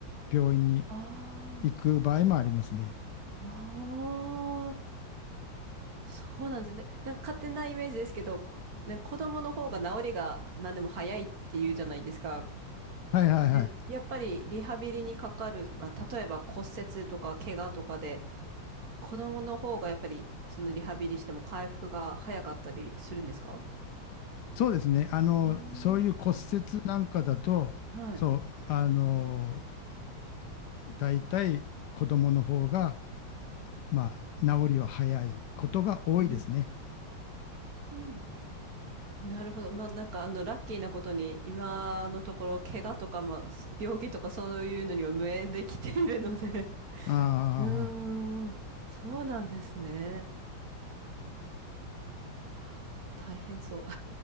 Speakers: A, on the left; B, on the right.
A: 病院に
B: あ
A: 行く場合もありますね。
B: あ、あそうなんですね。なんか勝手なイメージですけど、こなんか子供の方が治りが何でも早いっていうじゃないですか。
A: はいはいはい。
B: でやっぱりリハビリにかかる、まあ、例えば骨折とか怪我とかで、子供の方がやっぱりそのリハビリしても回復が早かったりするんですか
A: そうですね。あの、
B: うーん
A: そういう骨折なんかだと、
B: はい。
A: そう、あの、大体子供の方が、まあ、治りは早いことが多いですね。
B: うーんなるほど。まあ、なんかあの、ラッキーなことに、今のところ、怪我とか、まあ、病気とかそういうのには無縁できているので
A: あ
B: うーん、
A: ー
B: そうなんですね。はあ大変そう。